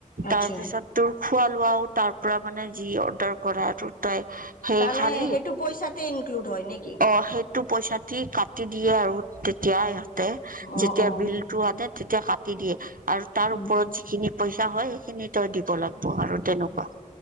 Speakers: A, on the left; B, on the right.
A: আচ্ছা
B: তাৰপিছত তোৰ খোৱা লোৱাও তাৰ পৰা মানে যি অৰ্ডাৰ কৰা আৰু তই সেই
A: তাৰমানে
B: খালি
A: সেইটো পইচাতে ইনক্লুড হয় নেকি
B: অ সেইটো পইচাতি কাটি দিয়ে আৰু তেতিয়া ইহঁতে যেতিয়া
A: অ', অ',
B: বিল আনে তেতিয়া কাটি দিয়ে আৰু তাৰ
A: উম,
B: ওপৰত যিখিনি পইচা হয় সেইখিনি তই দিব লাগিব আৰু তেনেকুৱা।